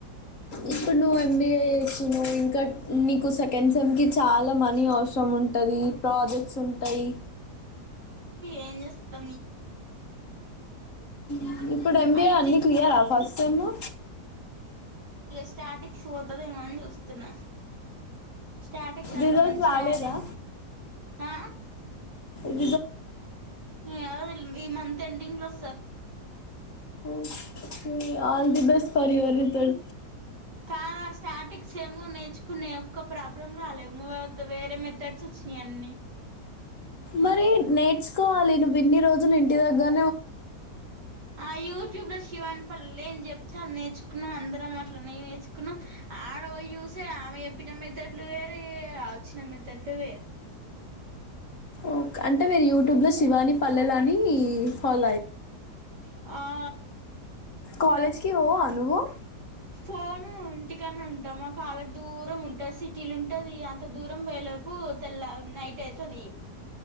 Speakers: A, on the left; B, on the right.
A: ఇప్పుడు నువ్ ఎంబీఏ చేస్తున్నావ్ ఇంకా నికుశ కన్సంకి చాలా మనీ అవసరం ఉంటది ప్రాజెక్ట్స్ ఉంటాయి
B: ఎం చేస్తాం ఇగ
A: అ ఇప్పుడు ఎంబీఏ
B: ఐటి
A: అన్నీ క్లియరా ఫస్ట్ సెమ్ము
B: స్టార్టింగ్ షూ పోతుంది ఏమో అని చూస్తున్న స్టార్టిక్స్ అంతా
A: రిజల్ట్
B: మంచి
A: రాలేదా
B: రాయలేము ఆ
A: రిజల్ట్
B: <unintelligible> ఈ మంత్ ఎండింగ్ లో వస్తది
A: ఉమ్ ఏ all the best for your రిథల్స్
B: commerce statics ఏమో నేర్చుకునే ఒక ప్రాబ్లం రాలేవు మాత్ వేరే మెథడ్స్ వచ్చినయ్ అన్ని
A: మరి నేర్చుకోవాలి నువ్వు ఇన్ని రోజులు ఇంటి దగ్గరనే ఉన్నట్టున్నావు కథ్
B: ఆ యూట్యూబ్ లో శివాని పల్లె అని చెప్తే నేర్చ్ మనం అందరం అట్లనే నేర్చుకున్నాం. ఆడ పోయి చూసే ఆమె చెప్పిన మెత్ తట్లు వేరే ఆ వచ్చిన మెథడ్లు వేరే
A: ఓకే అంటే మీరు యూట్యూబ్లో శివాని పల్లెలు అని ఫాలో అయితర?
B: ఆ
A: కాలేజీకి పోవా నువ్వు
B: ఉమ్ ఇంటికన్నా ఉంటా కాలేజ్ దూరం ఉంటుంది. సిటీలు ఉంటది అంత దూరం పోయేలోపు తెల్ల నైట్ అవుతుంది ఇగా